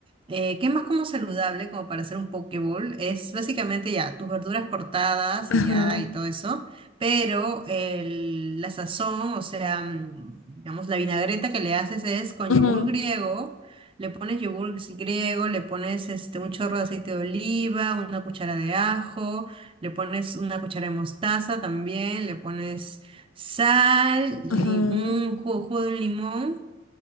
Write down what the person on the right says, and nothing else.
eh, que es más como saludable, como para hacer un poke bowl. Es básicamente ya tus verduras cortadas
y ya y todo eso, pero el- la sazón, o sea, mm, digamos, la vinagreta que le haces es con
yogur griego le pones yogur griego, le pones este, un chorro de aceite de oliva, una cuchara de ajo, le pones una cuchara de mostaza también, le pones sal, lim-
un jugo, jugo de un limón,